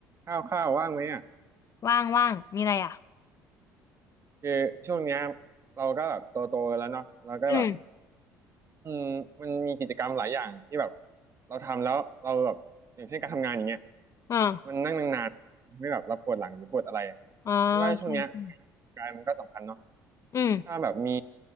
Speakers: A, on the right; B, on the left.
A: ข้าวข้าวว่างไหมอ่ะ
B: ว่างว่างมีอะไรอ่ะ
A: คือช่วงเนี้ยเราก็แบบโตโตแล้วเนาะเราก็แบบ
B: อืม
A: อืมมันมีกิจกรรมหลายอย่างที่แบบเราทำแล้วเราแบบอย่างเช่นการทำงานอย่างเงี้ย
B: อ่า
A: มันนั่งนานๆทำให้แบบเราปวดหลังหรือปวดอะไร
B: อ่า
A: คิดว่าช่วงเนี้ย
B: ใช่ใช่
A: การมันก็สำคัญเนาะ
B: อืม
A: ถ้าแบบมี